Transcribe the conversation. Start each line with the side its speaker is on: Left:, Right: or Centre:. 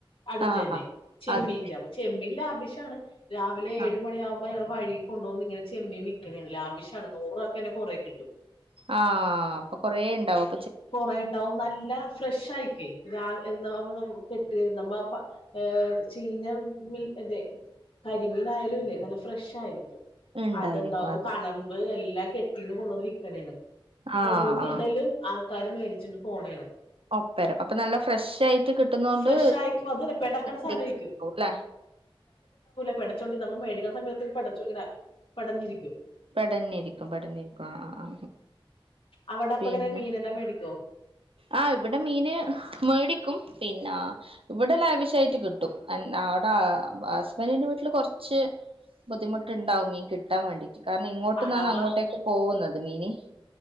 Left: അടുത്തെന്നെ
Right: ആഹ്
Left: ചെമ്മീന്റെ
Right: അത്
Left: അപ്പോ ചെമ്മീൻല്ല വിഷാണ് രാവിലെ ഏഴ്
Right: ആഹ്
Left: മണി ആകുമ്പോ ഞങ്ങ വഴികൊണ്ടുവന്ന് ഇങ്ങനേ ചെമ്മീൻ വിക്കാണേണ് ലാവിഷാണ് നൂറൂവക്കന്നെ കൊറേ കിട്ടും
Right: ആഹ് അപ്പോ കൊറേ ഇണ്ടാവും
Left: കുറേണ്ടാവും നല്ല ഫ്രഷ് ആയിക്കേ രാവി എന്നാ നമ്മ കെട്ടി നമ്മ ഏ ചീഞ്ഞ മീ ഇതെ കരിമീനായാലും ഇല്ലേ നല്ല ഫ്രഷ് ആയിരിക്കും
Right: ഇണ്ടായിരിക്കും
Left: അത് ഇണ്ടാവും
Right: അത്
Left: കണമ്പ് എല്ലാ ല്ലാം കെട്ടീന്ന് കൊണ്ടന്ന് വിൽക്കണേണ്
Right: ആഹ്
Left: കൊണ്ടുവന്ന്
Right: ആഹ്
Left: ഇടലും ആൾക്ക ക്കാര് മേടച്ചോണ്ട് പോണേണ്
Right: ഒപ്പരും അപ്പോ നല്ല ഫ്രഷ് ആയിട്ട് കിട്ടുന്നോണ്ട്
Left: ഫ്രഷ് ആയിരിക്കും അത് പെടക്കണ
Right: <inaudible>
Left: സാധനമായിരിക്കും
Right: ല്ലേ
Left: പേടച്ചോണ്ട് നമ്മ മേടിക്കുന്ന സമയത്ത് പേടച്ചോണ്ട് ഇങ്ങനെ പെടഞ്ഞിരിക്കും
Right: പെടഞ്ഞിരിക്കും പെടഞ്ഞിരിക്കും ആ ആ
Left: അവിടെ അപ്പ
Right: പിന്നെ
Left: ഇങ്ങനെ മീനെല്ലാം മേടിക്കോ
Right: ആ ഇവിടെ മീന് മേടിക്കും പിന്നെ ഇവിടെ ലാവിഷായിട്ട് കിട്ടും അടെ ഹസ്ബൻഡിന്റെ വീട്ടില് കുറച്ച് ബുദ്ധിമുട്ട് ഇണ്ടാവും മീൻ കി ട്ടാൻ വേണ്ടി കാരണം ഇങ്ങോട്ട്ന്നാണ്
Left: ആണ അപ്പ
Right: അങ്ങോട്ടേക്ക് പോകുന്നത് മീനി